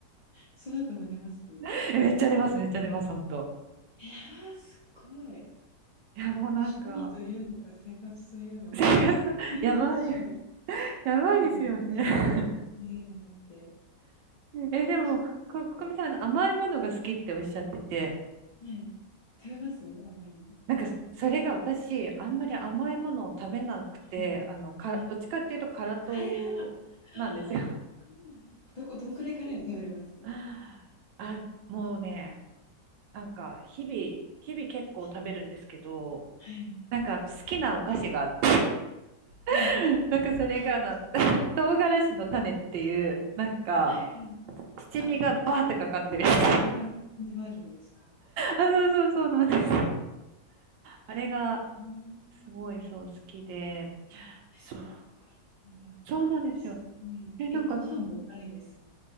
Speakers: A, on the left; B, on the right.
A: その後も寝ます？
B: <laughs> えめっちゃ寝ます、めっちゃ寝ます、本当。
A: いやー、すごい。
B: いや、もうなんか、
A: 趣味というのか、生活というのか、
B: <laughs> 生活、
A: 何なんでしょう。
B: やばい、やばいですよね。
A: 全部まかなえちゃう、寝れるのって、
B: え、
A: 羨ましいで
B: でも、こ、こみさん、あの甘いものが好きっておっしゃってて、
A: す。はい。食べます？甘いの。
B: なんか、それが私、あんまり甘いものを食べなくて、
A: はい、
B: あの、か、
A: はい。
B: どっちかっていうと、辛党なんですよ。
A: 大半。ああ、そうなんどこどんくらいカレーを食べれます？
B: <laughs> あ、もうね、なんか、日々、日々結構食べるんですけど、
A: 日々。はい。
B: なんか好きなお菓子があって、
A: はい。
B: <laughs> なんかそれがあの、
A: ほんとに
B: <laughs> 唐辛子の種っていう、なんか、
A: はいはい。
B: 七味がバーってかかってるやつ。
A: あ、かきカレーの唐辛子バージョンですか？
B: <laughs> あ、そうそうそうなんです。あれが、
A: ああ。
B: すごいそう好きで、
A: え、
B: そう、
A: そんなのがあるんだ。
B: そうなんですよ。
A: すごい。
B: え、なんか、
A: え、ご飯も辛いです？